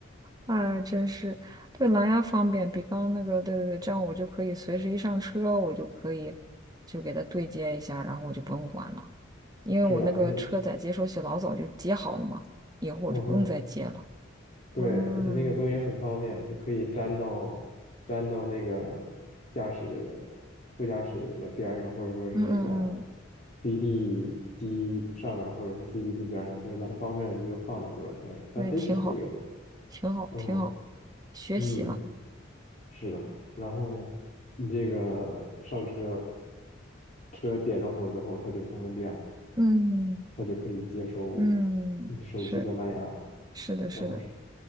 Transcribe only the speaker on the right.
哎，真是，对，蓝牙方便，比刚刚那个，对对对，这样我就可以随时一上车，我就可以就给它对接一下，然后我就不用管了，因为我那个车载接收器老早就接好了嘛，
以后我就不用再接了。
嗯
嗯嗯嗯。
那也挺好，挺好，
挺好，学习了，
嗯
嗯是
是的，是的，